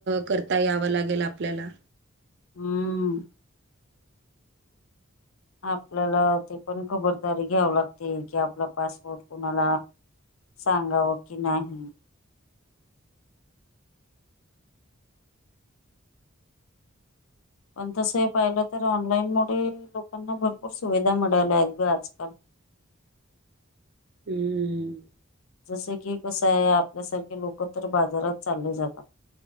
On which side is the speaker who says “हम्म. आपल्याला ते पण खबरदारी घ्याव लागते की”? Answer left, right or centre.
Left